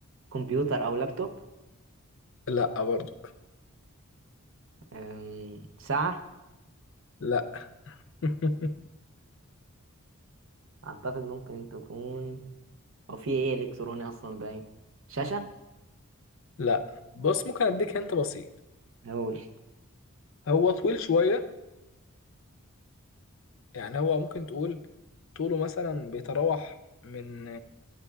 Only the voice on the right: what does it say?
كمبيوتر أو لابتوب
آم، ساعة
أعتقد ممكن تكون أو في إيه إلكتروني أصلا باين شاشة
أقول